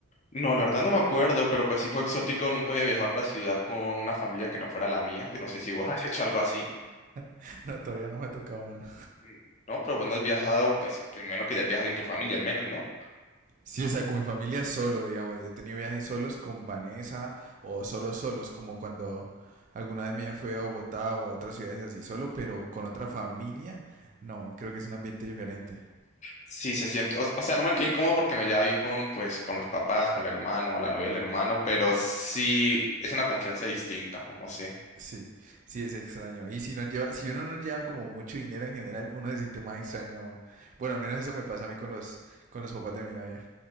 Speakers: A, on the left; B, on the right.
A: No, la verdad no me acuerdo, pero pues sí fue exótico. Nunca había viajado a otra ciudad con una familia que no fuera la mía. Yo no sé si vos has hecho algo así.
B: <laughs> No, todavía no me ha tocado, mano.
A: Mm, No, pero vos no has viajado, pues primero que ya has viajado en tu familia al menos, ¿no?
B: Sí, o sea, con mi familia solo, digamos. Yo he tenido viajes solos con Vanessa o solos solos, como cuando alguna vez me fui a Bogotá o a otras ciudades así solo, pero con otra familia, no, creo que es un ambiente diferente.
A: Sí, se siente. O, o sea, no me entiendo cómo porque me lleva bien con, pues, con los papás, con el hermano, la novia del hermano, pero sí es una confianza distinta, o no sé.
B: Sí, sí es extraño. Y si nos lleva, si uno no lleva como mucho dinero en general, uno se siente más extraño aún. Bueno, al menos eso me pasa a mí con los con los papás de mi novia,